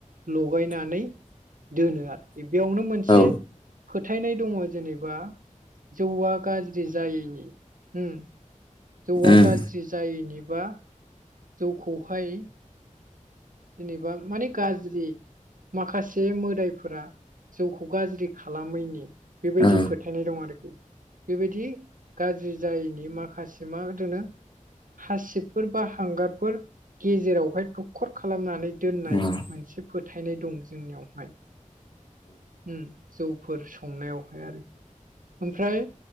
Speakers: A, on the right (about 80°); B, on the left (about 35°).
A: लगायनानै दोनो आरोखि। बेयावनो मोनसे
B: औ
A: फोथायनाय दङ' जेनेबा जौआ गाज्रि जायैनि होम जौआ
B: उम
A: गाज्रि जायैनि बा जौखौहाय जेनेबा माने गाज्रि माखासे मोदायफोरा जौखौ गाज्रि खालामैनि बेबायदि
B: औ
A: फोथाय फोथायनाय दं आरोखि। बेबायदि गाज्रि जायैनि माखासे मा दोनो हासिबफोर बा हांगारफोर गेजेरावहाय दखर खालामनानै दोननाय
B: औ
A: मोनसे फोथायनाय दं जोंनियावहाय। ओम। जौफोर संनायावहाय आरोखि, ओमफ्राय